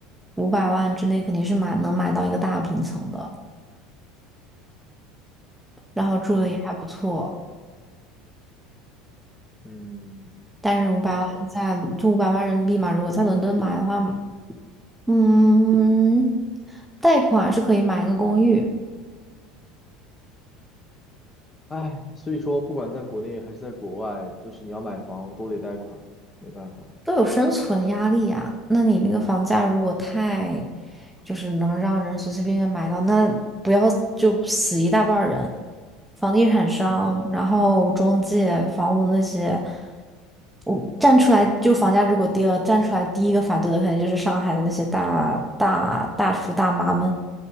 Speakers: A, in the centre; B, on the left.
A: 五百万之内肯定是买能买到一个大平层的，然后住的也还不错。
B: 嗯嗯，
A: 但是五百万在就五百万人民币嘛，
B: 了解了。
A: 如果在伦敦买的话，嗯，贷款是可以买一个公寓，
B: 唉，所以说不管在国内还是在国外，就是你要买房都得贷款，没办法。
A: 都有生存压力呀、那你那个房价如果太，就是能让人随随便便买到，那不要就死一大半儿人，房地产商，
B: 嗯，
A: 然后中介、房屋那些，我站出来就房价如果跌了，站出来第一个反对的肯定就是上海的那些大大大叔大妈们，